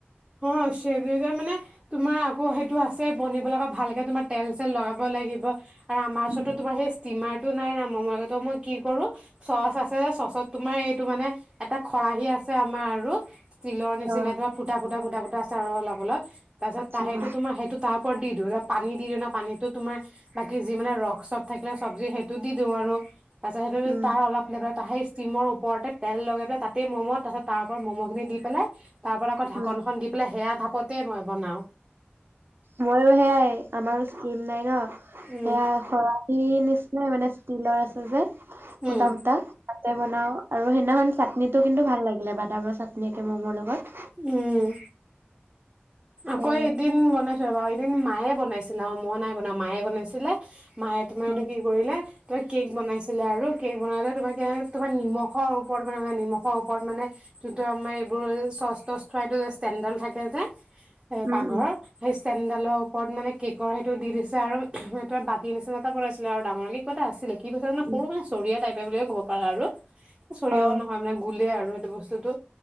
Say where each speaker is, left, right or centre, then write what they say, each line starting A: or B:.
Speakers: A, on the right; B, on the right.
A: অ চেবি মানে তোমাৰ আকৌ সেইটো আছে বনিবলৈ আকৌ ভালকে তোমাৰ তেল চেল লগাব লাগিব আৰু আমাৰ ওচৰত
B: উম।
A: তোম সেই ষ্টিমাৰ টো নাই নাম নহ'লে তো মই কি কৰো চচ আছে চচত তোমাৰ এইটো মানে এটা খৰাহী আছে আমাৰ আৰু ইস্তিলৰ নিচিনা
B: অ
A: কিবা ফু গুটা গোটা গোটা আছে আৰু অলপ অলপ তাৰপছত ত
B: উম
A: সেইটো তোম সেইটো ত ওপৰত দি দিওঁ পানী দি দিওঁ ন পানীতো তোমাৰ বাকি যি মানে ৰস চস থাকিলে চব্জি সেইটো দি দিওঁ আৰু ত সেইটো
B: উম
A: ত অলপে সেই ষ্টিমৰ ওপৰতে তেল লগাই পেল তাতেই ম'ম তাৰছত তাৰপ ম'ম' খিনি দি পেলাই তাৰ নখনন
B: উম
A: দি পেলাই সেয়া ভাপতে মই বনাওঁ
B: ময়ো সেয়াই আমাৰো চ্ৰীম নাই ন
A: উম
B: সয়া খৰাহ নিচিনা মানে তিলৰ আছে যে সূতা
A: উম
B: সূতা তাতে বনাও আৰু সেইদিনাখন চাটনিটো কিন্তু ভাল লাগিলে বাদামৰ চাটনি একে ম'মৰ লগত
A: উম আকৌ
B: এ
A: এদিন বনাই ৰবা এদিন মায়ে বনাইছিলে অ মই নাই বনাোৱা মায়ে বনাইছিলে মায়ে তোমাৰ
B: উম
A: এইটো কি কৰিলে ত কেক বনাইছিলে আৰু কেক বনাওত তোমৰ কি হ'ল তোমাৰ নিমখৰ ওপৰত মানে নিমখৰ ওপৰত মানে যোনটো আমাৰ এইবোৰ চচ তচ থোৱা এইটো যষ্টেণ্ডডাল থাকে যে এ
B: উম
A: পাকঘৰৰ সেই ষ্টেনডালৰ ওপৰত মানে কি গ সেইটো দি দিছে আৰু ত বাতি নিচিনা এটা বনাইছিলে আৰু ডাঙৰকৈ কিবা এটা আছিলে কি কেইপিছমান
B: উম
A: সৰু মানে চৰিয়া টাইট বুলি‌য়ে ক'ব পাৰা আৰু চৰিয়াও
B: অ
A: নহয় মানে গুলে আৰু আৰু সেইটো বস্তুতো